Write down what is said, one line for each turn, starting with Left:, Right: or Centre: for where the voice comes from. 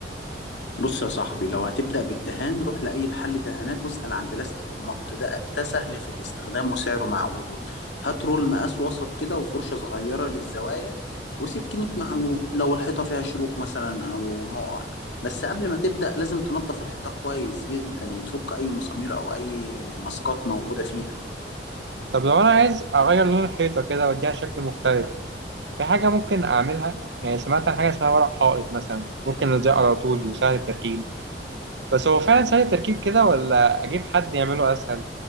Left: بص يا صاحبي لو هتبدأ بالدهان روح لأي محل دهانات واسأل عن البلاستيك المط ده ده سهل في الاستخدام وسعره معقول هات رول مقاس وسط كده وفرشة صغيرة للزوايا وسكينة معجون لو الحيطة فيها شروخ مثلا أو نقر بس قبل ما تبدأ لازم تنظف الحيطة كويس جدا وتفك أي مسامير أو أي ماسكات موجودة فيها
Right: طب لو انا عايز اغير لون الحيطة كده واديها شكل مختلف في حاجة ممكن أعملها يعني سمعت عن حاجة اسمها ورق حائط مثلا ممكن ألزقه على طول وسهل التركيب بس هو فعلا سهل التركيب كده ولا أجيب حد يعمله أسهل